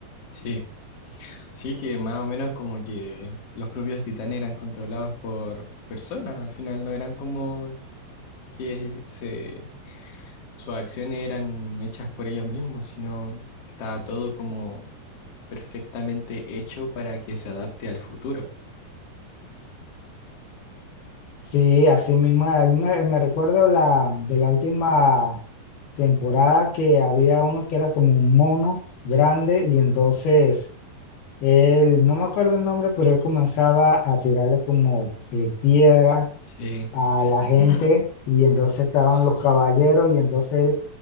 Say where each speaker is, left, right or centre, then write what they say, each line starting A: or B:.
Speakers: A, on the left (about 45°); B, on the left (about 65°).
A: Sí. Sí, que más o menos como que los propios titanes eran controlados por personas, al final no eran como que se, sus acciones eran hechas por ellos mismos, sino estaba todo como perfectamente hecho para que se adapte al futuro.
B: Sí, así mismo, a mí me me recuerdo la, de la última temporada que había uno que era como un mono grande y entonces él, no me acuerdo el nombre, pero él comenzaba a tirarle como eh, piedras
A: Sí,
B: a
A: es-
B: la gente
A: <clears throat>
B: y entonces estaban los caballeros y entonces